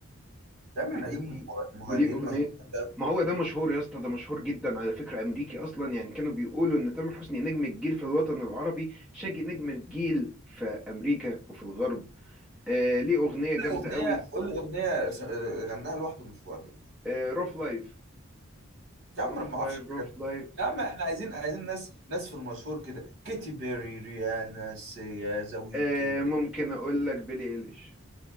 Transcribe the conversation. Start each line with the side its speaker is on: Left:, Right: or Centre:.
Right: يا عم
Centre: وليه
Right: احنا عايزين مغ- مغنيين
Centre: وليه أغنية
Right: مش قول لي
Centre: ما هو ده مشهور يا اسطى ده مشهور جدا على فكرة أمريكي أصلا يعني كانوا بيقولوا إن تامر حسني نجم الجيل في الوطن العربي شاجي نجم الجيل في أمريكا وفي الغرب آه ليه أغنية جامدة
Right: اغنيه
Centre: قوي
Right: قول لي اغنيه س- آه، غناها لوحده مشهوره كده
Centre: آه روف لايف
Right: يا عم
Centre: روف
Right: انا ما
Centre: لايف
Right: اعرفش الحاجات
Centre: روف
Right: دي.
Centre: لايف
Right: يا عم احنا عايزين عايزين ناس ناس في المشهور كده كيتي بيري ريانا سيا ذا ويكند
Centre: آه ممكن أقول لك بيلي إيليش